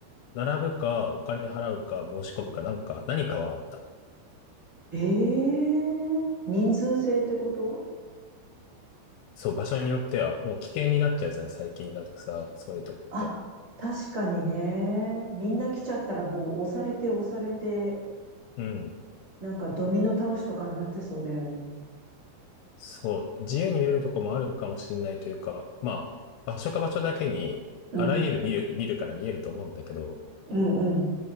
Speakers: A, on the left (about 80°); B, on the right (about 30°).
A: 並ぶかお金払うか申し込むかなんか何かはあった。
B: ええー、人数制ってこと
A: そう、場所によってはもう危険になっちゃうじゃん、最近だとさ、そういうとこって。
B: あ、確かにね。みんな来ちゃったらもう押されて押されて、
A: うん。
B: なんかドミノ倒しとかになってそうだよね。
A: そう、自由に見れるとこもあるかもしれないというか、まあ、場所か場所だけに、
B: うん。
A: あらゆるビル、ビルから見えると思うんだけど、
B: うんうん。